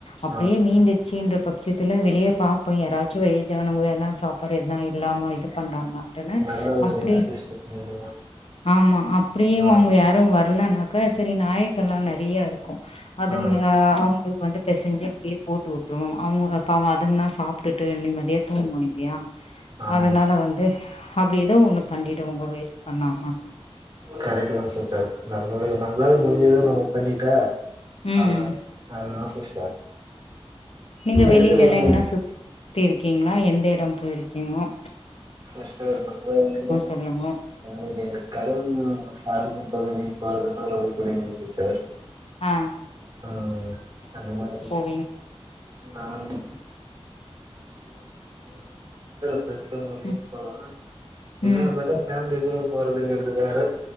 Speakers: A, on the left; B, on the right.
A: அப்டியே
B: ஆ
A: மீந்துச்சுன்ற பக் விசியத்துல வெளிய பாப்போ யாராச்சு ஏஜ் ஆனவங்க யார்னா சாப்பாடு எத்னா இல்லாம இது பண்றாங்களான்னு ட்ட உட்னே
B: நல்ல ஒரு
A: அப்டி
B: இது சிஸ்டர்
A: ஆமா அப்டியு
B: ஆ
A: அவங்க யாரு வரலன்னாக்கா க்கு சேரி நாயகன்ல்லா நெறையா இருக்கு அதுங்க
B: ஆ
A: அவுங்களுக்கு வந்து பெசெஞ்சு அப்பிடியே போட்டு உட்டுருவோ அவங்க பாவோ அதுங்களாவது சாப்ட்டுட்டு நிம்மதியா தூங்கு இல்லையா
B: ஆமாம்
A: அதனால
B: சிஸ்
A: வந்து அப்டி ஏதோ ஒண்ணு பண்ணிடுவங்க வேஸ்ட் பண்ணாம
B: கரெக்ட் தா சிஸ்டர் நம்மளுக்கு நம்மளால முடிஞ்சத நம்ப பண்ணிட்டா
A: ம்
B: அவ்ளதா அவ்ளதா சிஸ்டர்
A: நீங்க வெளியில
B: இருக்கிறது
A: எல்லா எங்கன்னா சுத்தி இருக்கீங்ளா எந்த எடம் போயிருக்கீங்க
B: சிஸ்டர் நம்ம வந்து
A: சொல்லுங்கோ
B: நம்ளுக்கு இந்த கடவுள் <unintelligible> நமக்கு புடிக்குங் சிஸ்டர்
A: ஆ
B: ம் அந்த மாதிரி
A: ங்கோ
B: <unintelligible> ஃப்ரண்ட்ஸ்ங்கூடயு
A: ம்
B: போலா
A: ம்
B: இல்ல இருந்தாலு ஃபேமிலி டூர் போறதுங்கிறது வேற